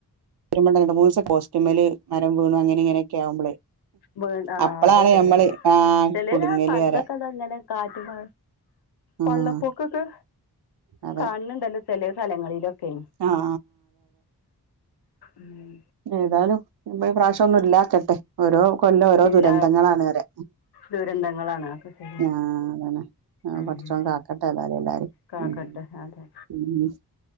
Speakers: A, on the right (about 80°); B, on the left (about 80°).
A: വരുമ്പ രണ്ട് മൂന്ന് ദിവസ പോസ്റ്റ്‌മേല് മരം വീണ് അങ്ങനെ ഇങ്ങനെയൊക്കെ ആവുമ്പളേ
B: വേ ആ
A: അപ്പളാണ്
B: അതെ തെ
A: ഞമ്മള്
B: തെ
A: ആഹ്
B: ചിലര്
A: കുടുങ്ങല്
B: ആ സ്ഥലത്തൊക്കെ
A: പറയാ
B: അതങ്ങനെ കാറ്റ് പിന്ന
A: ആഹ്
B: വള്ളപ്പൊക്കൊക്കെ
A: അതെ
B: കാണണ്ടല്ലോ ചില സ്ഥലങ്ങളിലൊക്കെ
A: ആഹ്
B: ഉം
A: ഏതാലും പ്രാവിശ് ഒന്നും ഇല്ലാക്കട്ടെ ഓരോ കൊല്ലം ഓരോ
B: ഇല്ല
A: ദുരന്തങ്ങളാണ് വരെ
B: ദുരന്തങ്ങളാണ് അതൊക്കെ ശരിയാ
A: ആ അതാണ്
B: ഉം
A: പടച്ചോൻ കാക്കട്ടെ ഏതാലും എല്ലാരേം
B: കാക്കട്ടെ
A: ഉം
B: അതെ
A: ഉം